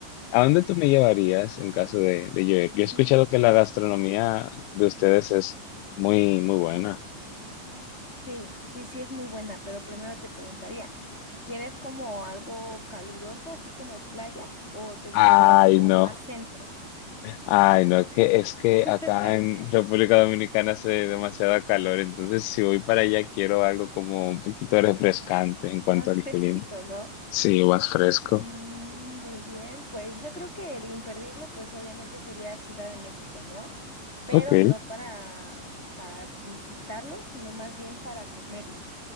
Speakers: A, on the left; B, on the left.
A: ¿A dónde tú me llevarías en caso de, de yo ir? Yo he escuchado
B: Mm,
A: que la gastronomía de ustedes es muy, muy buena.
B: Sí, sí, sí es muy buena, pero primero te preguntaría, ¿quieres como algo caluroso, así como playa, o te gustaría
A: Ay,
B: algo como
A: no.
B: más centro?
A: Ay, no, que es que
B: <laughs>
A: acá en República Dominicana hace demasiada calor, entonces si voy para allá quiero algo como un poquito refrescante en cuanto
B: Más
A: al
B: fresquito,
A: clima.
B: ¿no?
A: Sí, más fresco.
B: Mm, muy bien, pues yo creo que el imperdible, pues obviamente sería Ciudad de México, ¿no? Pero
A: Ok,
B: no para, para visitarlo, sino más bien para comerlo.